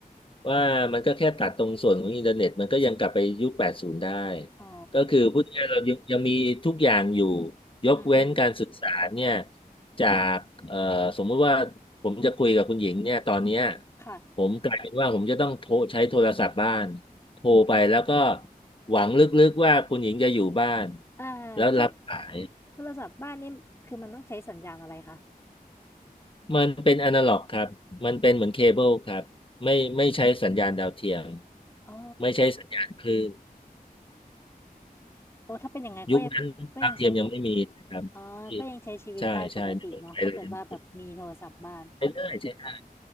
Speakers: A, on the left; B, on the left.
A: ว่ามันก็แค่ตัดตรงส่วนของอินเทอร์เน็ตมันก็ยังกลับไปยุคแปดสิบได้
B: อ๋อ
A: ก็คือพูดง่ายๆเรายังยังมีทุกอย่างอยู่ยกเว้นการสื่อสารเนี่ย
B: อืมอืม
A: จากเอ่อสมมุติว่าผมจะคุยกับคุณหญิงเนี่ยตอนเนี้ย
B: ค่ะ
A: ผมกลายเป็นว่าผมจะต้องโทรใช้โทรศัพท์บ้านโทรไปแล้วก็หวังลึกๆว่าคุณหญิงจะอยู่บ้าน
B: อ่าโทร
A: แล้วรับสาย
B: โทรศัพท์บ้านนี่คือมันต้องใช้สัญญาณอะไรคะ
A: มันเป็นอนาล็อกครับ มันเป็นเหมือนเคเบิลครับไม่ไม่ใช้สัญญาณดาวเทียม
B: อ๋อ
A: ไม่ใช้สัญญาณคลื่น
B: โอ้ถ้าเป็นอย่างไงก็ยังก็ยังใช้
A: ยุคนั้นดาวเทียมยังไม่มีนะครับที่
B: อ๋อก็ยังใช้ชีวิตได้ปกติเนาะถ้าเกิดว่าแบบมีโทรศัพท์บ้าน
A: ใช่ ใช่ในเมืองไทยเรายังไม่มีใช้ได้ใช้ได้